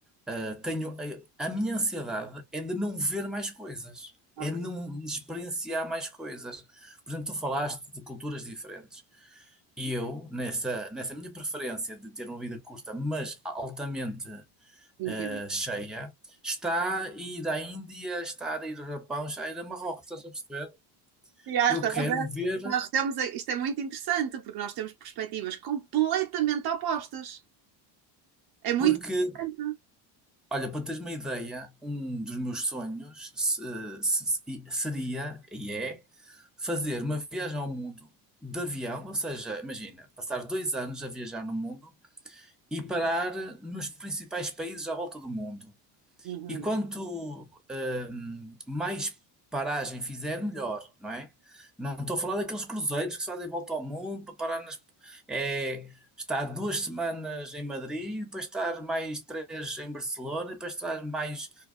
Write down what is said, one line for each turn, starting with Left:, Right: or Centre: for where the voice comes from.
Centre: ah, tenho, a, a minha ansiedade é de não ver mais coisas,
Right: Ok,
Centre: é de não experienciar mais coisas. Por exemplo, tu falaste de culturas diferentes. E eu, nessa, nessa minha preferência de ter uma vida curta, mas altamente
Right: entendo.
Centre: ah, cheia, está a ir à Índia, está a ir ao Japão, está a ir a Marrocos, estás a perceber?
Right: Já,
Centre: Eu
Right: estás
Centre: quero
Right: a ver?
Centre: ver
Right: Nós temos, a- isto é muito interessante, porque nós temos perspectivas completamente opostas. É muito
Centre: porque,
Right: interessante.
Centre: olha, para teres uma ideia, um dos meus sonhos se- se- e- seria e é fazer uma viagem ao mundo de avião, ou seja, imagina, passar dois anos a viajar no mundo e parar nos principais países à volta do mundo.
Right: Uhum.
Centre: E quanto hum, mais paragem fizer, melhor, não é? Não estou a falar daqueles cruzeiros que se fazem volta ao mundo para parar nas. É, estar duas semanas em Madrid, depois estar mais três em Barcelona, depois estar mais